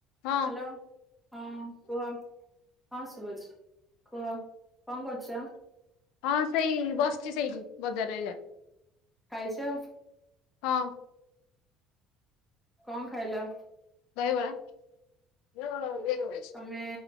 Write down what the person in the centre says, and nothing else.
ହ୍ୟାଲୋ ହଁ କୁହ। ହଁ ଶୁଭୁଛି କୁହ କଣ କରୁଛ?
ଖାଇଛ
କଣ ଖାଇଲ?
ନେ